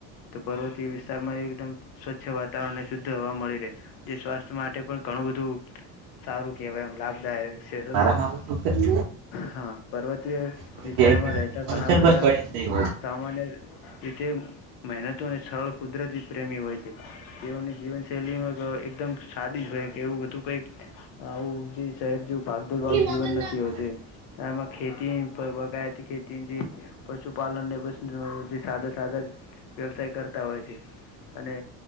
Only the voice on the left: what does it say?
તો પર્વતીય વિસ્તારમાં એકદમ સ્વચ્છ વાતાવરણને શુદ્ધ હવા મળી રહે. જે સ્વાસ્થ્ય માટે પણ ઘણું બધું સારું કેહવાય એમ લાભદાય રહે. છે સમજ
ને
હા પર્વતીય
વિસ્તારોમાં રહે. ઘણા બધા સામા. ન્ય રીતે મહેનતું અને સરળ કુદરતી પ્રેમી હોય છે. તેઓની જીવનશૈલીમાં એકદમ સાદી જ હોય કે એવું બધું કઈક. આવું જે શહેર જેવું ભાગદોડ વાળું
જીવન
નથી
હોતું એમ. હા આમા ખેતી બાગાયતી ખેતી. કે જે પશુપાલન ને જે સાદા સાદા વ્યવસાય કરતા હોય છે. અને